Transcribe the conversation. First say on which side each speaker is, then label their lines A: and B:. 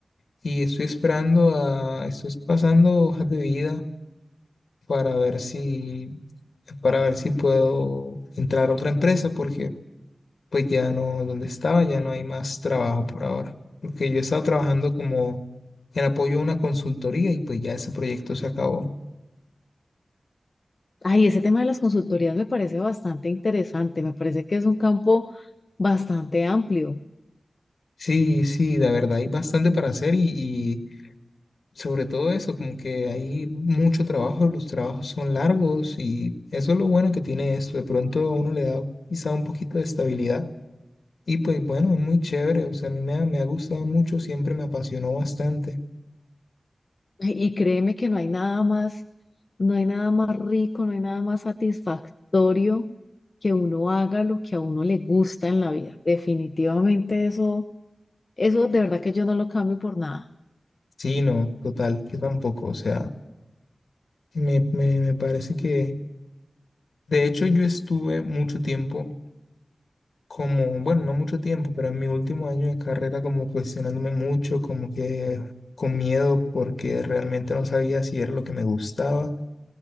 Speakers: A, on the left; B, on the left.
A: y estoy esperando a, estoy pasando hojas de vida para ver si, para ver si puedo entrar a otra empresa porque pues ya no, donde estaba ya no hay más trabajo por ahora, porque yo he estado trabajando como en apoyo a una consultoría y pues ya ese proyecto se acabó.
B: Ay, ese tema de las consultorías me parece bastante interesante, me parece que es un campo bastante amplio.
A: Sí, sí, la verdad hay bastante para hacer y, sobre todo eso, como que hay mucho trabajo, los trabajos son largos y eso es lo bueno que tiene esto. De pronto a uno le da quizá un poquito de estabilidad y pues bueno, es muy chévere. O sea, a mí me ha, me ha gustado mucho, siempre me apasionó bastante.
B: Y créeme que no hay nada más, no hay nada más rico, no hay nada más satisfactorio que uno haga lo que a uno le gusta en la vida. Definitivamente eso, eso de verdad que yo no lo cambio por nada.
A: Sí, no, total, yo tampoco. O sea, me, me, me parece que, de hecho, yo estuve mucho tiempo como, bueno, no mucho tiempo, pero en mi último año de carrera como cuestionándome mucho, como que con miedo porque realmente no sabía si era lo que me gustaba